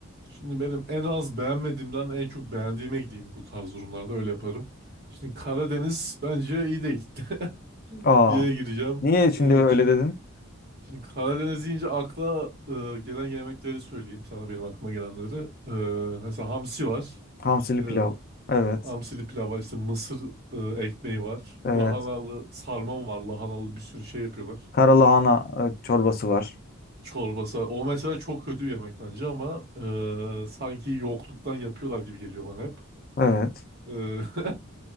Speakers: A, on the right; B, on the left.
A: Şimdi benim en az beğenmediğimden en çok beğendiğime gideyim bu tarz durumlarda öyle yaparım. Şimdi Karadeniz bence iyi değil <laughs>
B: Aa,
A: diye gireceğim.
B: niye şimdi
A: Ee, ç-
B: öyle dedin?
A: şimdi Karadeniz deyince akla e, gelen yemekleri söyleyeyim sana benim aklıma gelenleri. Ee, mesela hamsi var.
B: Hamsili
A: Ee,
B: pilav. Evet.
A: hamsili pilav var. işte mısır e, ekmeği var.
B: Evet.
A: Lahanalı sarma var. Lahanalı bir sürü şey yapıyorlar.
B: Karalahana e, çorbası var.
A: Çorbası. O mesela çok kötü bir yemek bence ama e, sanki yokluktan yapıyorlar gibi geliyor bana hep.
B: Evet.
A: E, <laughs>